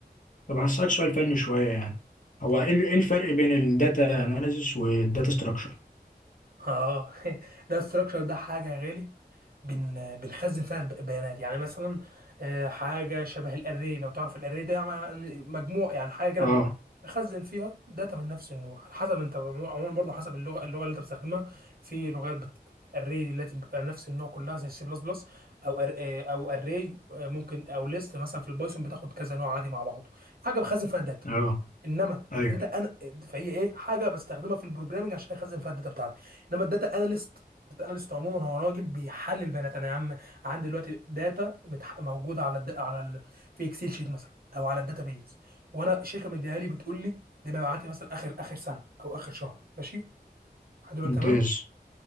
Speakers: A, on the left; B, on the right.
A: طب هسالك سؤال فني شويه يعني هو
B: اتفضل
A: ايه ال- إيه الفرق بين الداتا اناليزس والداتا ستراكشر
B: اه <laughs> ده الستراكشر ده حاجه يا غالي بن بنخزن فيها الب- البيانات يعني مثلا آه، حاجه شبه الاري لو تعرف الاري ده يعني مجموع يعني حاجه كده
A: اه
B: بت- بخزن فيها داتا من نفس النوع على حسب انت عموما برضه حسب اللغه اللغه اللي انت بتستخدمها في لغات بت... الري التي بتبقى نفس النوع كلها زي السي بلس بلس او أر... آه، او اري ممكن او ليست مثلا في البايثون بتاخد كذا نوع عادي مع بعضه حاجه بخزن فيها داتا
A: اه
B: انما
A: ايوه
B: الداتا انا فهي ايه حاجه بستخدمها في البروجرامنج عشان اخزن فيها الداتا بتاعتي انما الداتا اناليست الداتا اناليست عموما هو راجل بيحلل بيانات انا يا عم عندي دلوقتي داتا متح... موجوده على الد... على ال... في اكسل شيت مثلا او على الداتا بيز وانا الشركه مديها لي بتقول لي دي مبيعاتي مثلا اخر اخر سنه او اخر شهر ماشي لحد دلوقتي
A: ممتاز
B: تمام